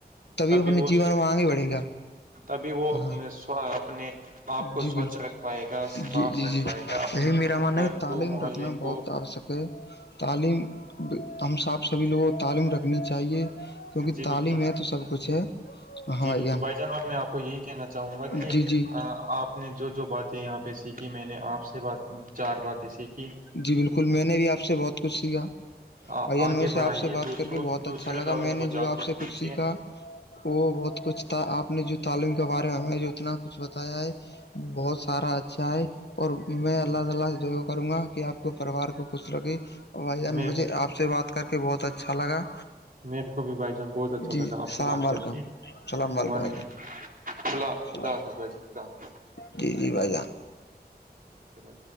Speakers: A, on the right; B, on the left.
A: تبھی
B: اپنے
A: وہ
B: جیون میں آگے بڑھے گا
A: تبھی وہ
B: ہاں
A: اپنے آپ کو
B: جی
A: سوچھ
B: بالکل
A: رکھ پائے گا صاف
B: جی جی
A: رکھ
B: جی
A: پائے گا اپنے
B: یہی میرا ماننا
A: گھر
B: ہے تعلیم
A: کو محلے
B: رکھنا بہت
A: کو
B: آوشک ہے تعلیم بھی ہم ص آپ سبھی لوگوں تعلیم رکھنی چاہیے کیونکہ
A: جی
B: تعلیم
A: بالکل
B: ہے تو سب کچھ ہے ہاں
A: جی بالکل
B: جان
A: بھائی جانب میں آپ کو یہی کہنا چاہوں گا کہ
B: جی جی
A: آپ نے جو جو باتیں یہاں سیکھی میں نے آپ سے بات چار باتیں سیکھ
B: جی بالکل میں نے بھی آپ سے بہت کچھ سیکھا
A: آ-
B: بھائی جان
A: آگے
B: مجھے
A: بڑھائیے
B: آپ سے بات
A: دوسروں
B: کر کے بہت
A: دوسرے
B: اچھا لگا
A: لوگوں
B: میں
A: کو
B: نے
A: جاگروک
B: جو آپ سے کچھ
A: کیجیے
B: سیکھا وہ بہت کچھ تھا آپ نے جو تعلیم کے بارے میں ہمیں جو اتنا کچھ بتایا ہے بہت سارا اچھا ہے اور میں اللہ
A: جی،
B: تعالی سے دعا کروں گا کہ آپ کو پرریوار کو خچھ رکھے بھائی جان
A: میں
B: مجھے آپ سے بات کر کے بہت اچھا لگا
A: میرے کو بھی بھائی جان بہت اچھا
B: جی
A: لگا آپ
B: السلام
A: سے بات
B: علیکم
A: کر کےعلیکم
B: السلام علیکم بھائی جان
A: خد
B: السلام
A: خدا حافظ بھائی خدا حافظ
B: جی جی بھائی جان
A: بھائی